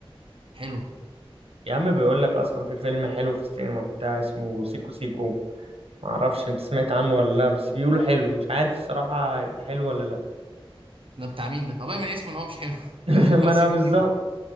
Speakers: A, on the right; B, on the right.
A: حلوة
B: <laughs> يا عم بيقول لك اصلا في فيلم حلو في السينما بتاع اسمه سيكو سيكو معرفش انت سمعت عنه ولا لا بس بيقولوا حلو مش عارف الصراحة هيبقى حلو ولا لا
A: ده بتاع مين ده؟ هو باين من اسمه إن هو مش حلو <laughs>
B: <laughs>
A: باين إن هو
B: ما انا
A: سيكو
B: بالظبط
A: سيكو